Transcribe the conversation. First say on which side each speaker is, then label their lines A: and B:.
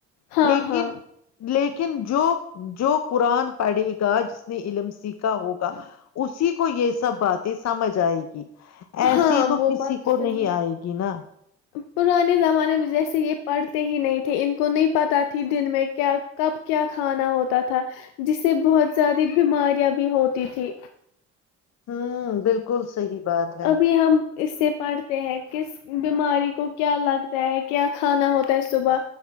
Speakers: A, on the left; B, on the left.
A: ہاں
B: لیکن
A: ہاں
B: لیکن لیکن جو جو قرآن پڑھے گا جس نے علم سیکھا ہوگا اسی کو یہ سب باتیں سمجھ آئے گی ایسی
A: ہاں
B: تو
A: وہ
B: کسی
A: بات
B: کو
A: صحیح
B: نہیں
A: ہے
B: آئے گی نا
A: پرانے زمانے میں جیسے یہ پڑھتے ہی نہیں تھے ان کو نہیں پتا تھی دن میں کیا کب کیا کھانا ہوتا تا تھا جس سے بہت زیادہ بیماریاں بھی ہوتی تھی
B: ہوں بالکل صحیح بات ہے
A: ابھی ہم اس سے پڑھتے ہیں کس بیماری کو کیا لگتا ہے کیا کھانا ہوتا ہے صبح